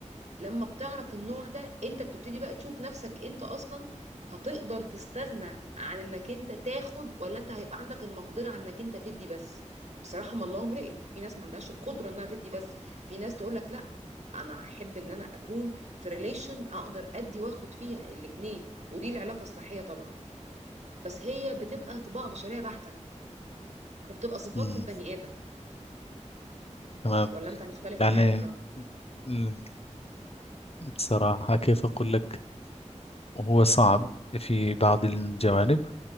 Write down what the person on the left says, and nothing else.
مم.
تمام
يعني
مم. بصراحة كيف أقول لك هو صعب في بعض الجوانب